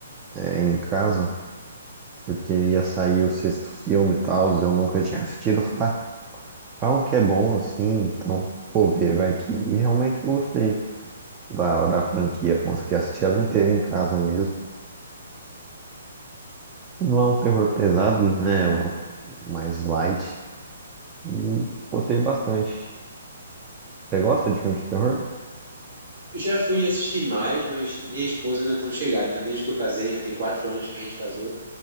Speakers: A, on the right; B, on the right.
A: é, em casa, porque ia sair o sexto filme e tal, e eu nunca tinha assistido. Eu falei, "Ah, Falam que é bom assim, então vou ver, vai que. E realmente eu gostei da, da franquia, consegui assistir ela inteira em casa mesmo. Não é um terror pesado, né? É uma- mais light. E gostei bastante. Você gosta de filme de terror?
B: Já fui assistir mais, mas minha esposa não é tão chegada. Então, desde que eu casei, já tem quatro anos que a gente casou,